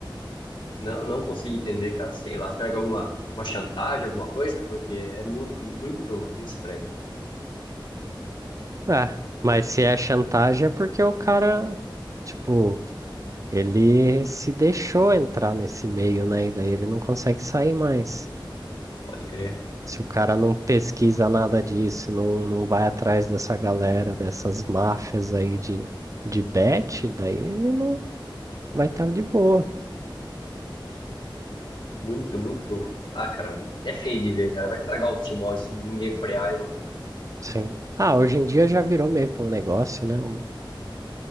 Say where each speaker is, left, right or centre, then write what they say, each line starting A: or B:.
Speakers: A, on the left (about 70°); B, on the right (about 40°).
A: Não, não consigo entender, cara. Sei lá, será que é alguma, uma chantagem, alguma coisa? Porque é mu- muito, muito estranho.
B: É, mas se é chantagem é porque o cara, tipo, ele se deixou entrar nesse meio, né? E daí ele não consegue sair mais.
A: Pode crer.
B: Se o cara não pesquisa nada disso, não, não vai atrás dessa galera, dessas máfias aí de, de bet, daí ele não vai estar de boa.
A: Muito, muito. Ah, cara, é feio de ver, cara. Vai estragar o futebol se ninguém frear, hein, mano.
B: Sim. Ah, hoje em dia já virou meio que um negócio, né? Um-